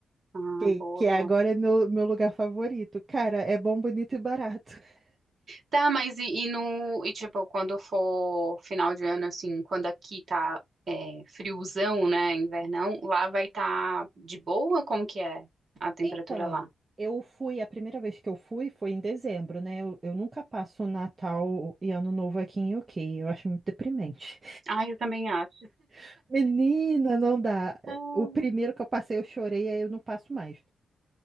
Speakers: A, on the right; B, on the right.
A: Ah,
B: Que,
A: boa,
B: que agora
A: boa.
B: é meu, meu lugar favorito. Cara, é bom, bonito e barato. <laughs>
A: Tá, mas e, e no. E tipo, quando for final de ano, assim, quando aqui tá é, friozão, né? Invernão, lá vai estar tá de boa? Como que é a temperatura
B: Então,
A: lá?
B: eu fui, a primeira vez que eu fui foi em dezembro, né? Eu, eu nunca passo Natal e Ano Novo aqui em UK. Eu acho muito deprimente.
A: Ah, eu também acho.
B: <laughs> Menina, não dá.
A: Ah,
B: O primeiro que eu passei, eu chorei, aí eu não passo mais.